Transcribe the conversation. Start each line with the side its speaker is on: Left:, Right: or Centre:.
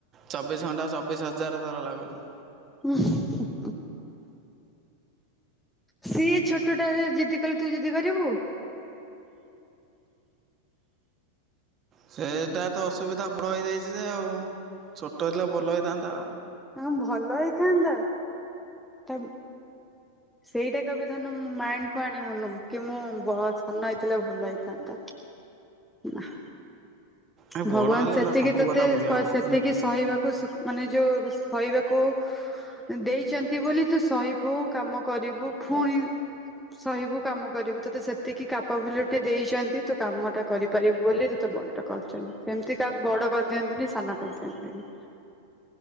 Right: ଚବିଶ ଘଣ୍ଟା ଚବିଶ ହଜାର ଥର ଲାଗୁଚୁ।
Centre: ଉଁ ହୁଁ। ସିଏ ଛୋଟଟା ଯେ ଜିଦି କଲେ ତୁ ଜିଦି କରିବୁ?
Right: ସେଟା ତ ଅସୁବିଧା ବଡ଼ ହେଇଯାଇଚି ଯେ ଆଉ ଛୋଟ ହେଇଥିଲା ଭଲ ହେଇଥାନ୍ତା।
Centre: ଆଉଁ ଭଲ ହେଇଥାନ୍ତା ଟା ସେଇଟା କବେ ଧନ ମାଇଣ୍ଡ୍ କୁ ଆଣିବୁନୁ କି ମୁଁ ବ ସାନ ହେଇଥିଲେ ଭଲ ହେଇଥାନ୍ତା। ନାଁ।
Right: ଏ
Centre: ଭଗବାନ
Right: ବଡ଼ ହେଲେ
Centre: ସେତିକି
Right: ନା ସବୁ
Centre: ତତେ
Right: କଥା ବୁଝିବାକୁ
Centre: କ ସେତିକି
Right: ପଡୁଛି।
Centre: ସହିବାକୁ ସୁକ୍ ମାନେ ଯୋଉ ସହିବାକୁ ଦେଇଚନ୍ତି ବୋଲି ତୁ ସହିିବୁ କାମ କରିବୁ ଫୁଣି ସହିବୁ କାମ କରିବୁ ତୋତେ ସେତିକି କାପାବିଲିଟି ଦେଇଚନ୍ତି ତୁ କାମଟା କରିପାରିବୁ ବୋଲି ଦୁ ତେ ବଡ଼ କରିଚନ୍ତି ସେମତି କାହାକୁ ବଡ଼ କରିଦିଅନ୍ତିନି ସାନ କରିଦିଅନ୍ତିନି।